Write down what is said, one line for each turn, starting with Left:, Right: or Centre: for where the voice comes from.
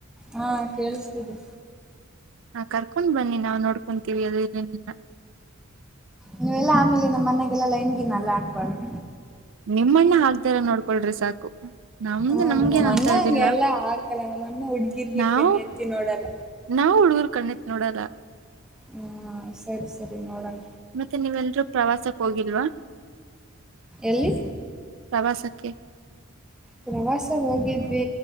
Centre: ಹಾ ಕೇಳಿಸ್ತಿದೆ
Right: ಹಾ ಕರ್ಕೊಂಡ್ ಬನ್ನಿ ನಾವು ನೋಡ್ಕೊಂತೀವಿ ಅದು ಇಲ್ಲಿನ್ನ
Centre: ನೀವೆಲ್ಲಾ ಆಮೇಲೆ ನಮ್ಮ ಮನೆಯಾಗಲ್ಲಲ್ಲಾ ಹೆನ್ಗಿನಲ್ಲಾ ಆಾಕ್ಬಾರ್ದು
Right: ನಿಮ್ಮಣ್ಣ ಹಾ್ದಾರ ನೋಡ್ಕೊಳ್ರಿ ಸಾಕು ನಮ್ದು
Centre: ಹೂ
Right: ನಮ್ಗೇನ್
Centre: ನಮ್ಮ
Right: ಅಂತ
Centre: ಅಣ್ಣ
Right: ಇದಿಲ್ಲ
Centre: ಹಂಗೆ ಎಲ್ಲಾ ಹಾಕಲ್ಲ ನಮ್ಮ ಅಣ್ಣ ಹುಡ್ಗಿರಿಗೆ
Right: ನಾವು
Centre: ಕಣ್ಣು ಎತ್ತಿ ನೋಡಲ್ಲ
Right: ನಾವು ಹುಡ್ಗೂರು ಕಣ್ಣಿತ್ ನೋಡಲ್ಲ
Centre: ಹಾ ಸರಿ ಸರಿ ನೋಡಣ
Right: ಮತ್ತೆ ನೀವೆಲ್ರೂ ಪ್ರವಾಸಕ್ ಹೋಗಿಲ್ವಾ
Centre: ಎಲ್ಲಿ
Right: ಪ್ರವಾಸಕ್ಕೆ ಓಕೆ
Centre: ಪ್ರವಾಸ ಹೋಗಿದ್ವಿ